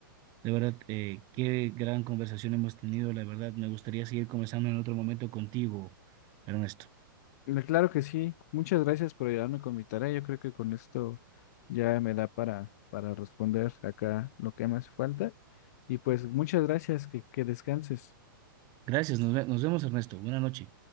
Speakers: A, on the right (about 35°); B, on the left (about 50°).
A: De verdad, eh, qué gran conversación hemos tenido. La verdad, me gustaría seguir conversando en otro momento contigo, Ernesto.
B: Le- Claro que sí. Muchas gracias por ayudarme con mi tarea. Yo creo que con esto ya me da para, para responder acá lo que me hace falta. Y pues muchas gracias, que, que descanses.
A: Gracias, nos, ve- nos vemos, Ernesto. Buenas noches.